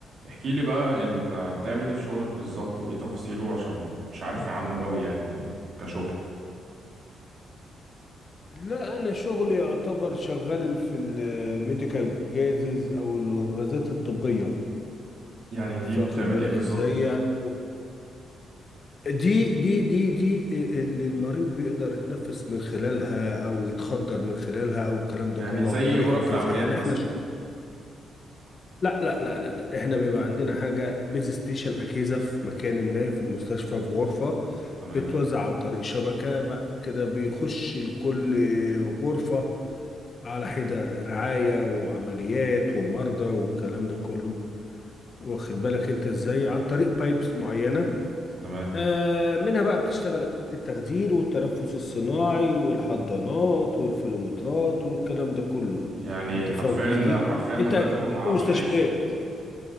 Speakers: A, on the right (about 50°); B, on the left (about 40°).
A: احكي لي بقى ان بتعمل ايه في شغلك بالظبط وايه تفاصيله عشان مش عارف عنه قوي يعني كشغل
B: لا انا شغلي يعتبر شغال في الميديكال جازز او الغازات الطبيه
A: يعني دي
B: واخد
A: بتعمل
B: بالك
A: ايه بالظبط
B: ازاي يعني دي دي دي دي اللي المريض بيقدر يتنفس من خلالها او يتخدر من خلالها او الكلام ده
A: يعني
B: كله
A: زي
B: عن طريق
A: غرف
B: اجهزه
A: العمليات
B: يعني
A: مثلا
B: احنا ش... لا لا لا لا لا احنا بيبقى عندنا حاجه بيز ستيشن اجهزه في مكان ما في المستشفى في غرفه
A: تمام
B: بتوزع عن طريق شبكه بعد كده بيخش لكل غرفه على حدة رعاية وعمليات ومرضى والكلام ده كله واخد
A: م.
B: بالك انت ازاي عن طريق بايبس معينة
A: تمام
B: آه منها بقى بتشتغل أجهزة التخدير والتنفس الصناعي والحضانات والفلومترات والكلام ده كله
A: يعني
B: انت
A: حرفيا
B: فاهم قصدي
A: حرفيا من
B: انت
A: غيركم
B: اكيد
A: ما اعرفش
B: رحت مستشفيات
A: نعيش